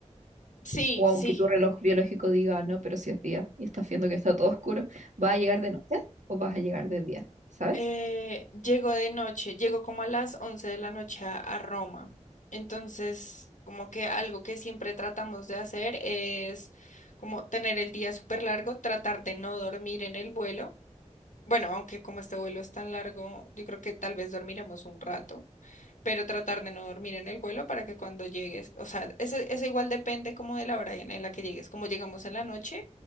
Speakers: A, on the left; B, on the right.
A: Sí,
B: O
A: sí.
B: aunque tu reloj biológico diga, no, pero si es día y estás viendo que está todo oscuro, ¿vas a llegar de noche o vas a llegar de día? ¿Sabes?
A: Eh, llego de noche, llego como a las 11 de la noche a, a Roma. Entonces, como que algo que siempre tratamos de hacer es como tener el día súper largo, tratar de no dormir en el vuelo. Bueno, aunque como este vuelo es tan largo, yo creo que tal vez dormiremos un rato pero tratar de no dormir en el vuelo para que cuando llegues, o sea, eso, eso igual depende como de la hora en, en la que llegues, como llegamos en la noche,